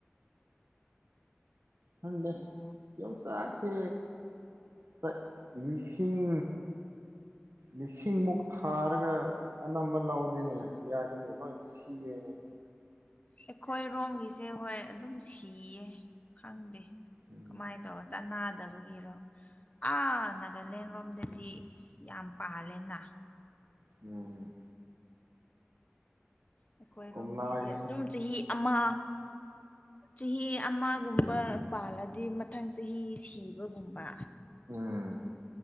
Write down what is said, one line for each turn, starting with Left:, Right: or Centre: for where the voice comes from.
Right: ꯈꯪꯗꯦ
Left: ꯑꯣ
Right: ꯌꯣꯡꯆꯥꯛꯁꯦ ꯆꯠ ꯂꯤꯁꯤꯡ ꯂꯤꯁꯤꯡꯃꯨꯛ ꯊꯥꯔꯒ ꯑꯅꯝꯕ ꯂꯧꯗꯦꯅꯦ ꯌꯥꯗꯦꯅꯦ ꯂꯣꯏ ꯁꯤꯌꯦꯅꯦ
Left: ꯑꯩꯈꯣꯏ ꯔꯣꯝꯒꯤꯁꯦ ꯍꯣꯏ ꯑꯗꯨꯝ ꯁꯤꯌꯦ ꯈꯪꯗꯦ
Right: ꯎꯝ
Left: ꯀꯃꯥꯏꯅ ꯇꯧꯕ ꯆꯥꯟꯅꯗꯕꯒꯤꯔꯣ ꯑꯥ ꯅꯥꯒꯥꯂꯦꯟꯔꯣꯝꯗꯗꯤ ꯌꯥꯝ ꯄꯥꯜꯂꯦꯅ
Right: ꯎꯝ
Left: ꯑꯩꯈꯣꯏꯔꯣꯝꯒꯤꯁꯤꯗꯤ
Right: ꯀꯣꯝꯂꯥꯁꯤꯁꯨ
Left: ꯑꯗꯨꯝ ꯆꯍꯤ ꯑꯃ ꯆꯍꯤ ꯑꯃꯒꯨꯝꯕ ꯄꯥꯜꯂꯗꯤ ꯃꯊꯪ ꯆꯍꯤ ꯁꯤꯕꯒꯨꯝꯕ
Right: ꯎꯝ